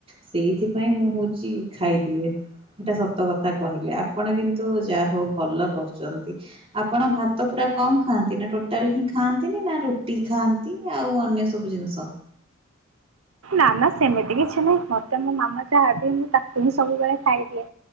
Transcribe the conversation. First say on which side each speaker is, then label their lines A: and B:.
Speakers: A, on the right; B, on the right.
A: ସେଇଥିପାଇଁ ମୁଁ ହୋଉଚି ଖାଇଦିଏ ସେଇଟା ସତ କଥା କହିଲେ ଆପଣ କିନ୍ତୁ ଯାହା ହୋଉ ଭଲ କରୁଚନ୍ତି ଆପଣ ଭାତ ପୁରା କମ ଖାଆନ୍ତି ନା ଟୋଟାଲ ହିଁ ଖାଆନ୍ତିନି ନା ରୁଟି ଖାଆନ୍ତି ଆଉ ଅନ୍ୟ ସବୁ ଜିନିଷ?
B: ନା ନା ସେମିତି କିଛି ନାହିଁ ମତେ ମୋ ମାମା ଯାହାବ ମୁଁ ତାକୁ ହିଁ ସବୁବେଳେ ଖାଇଦିଏ।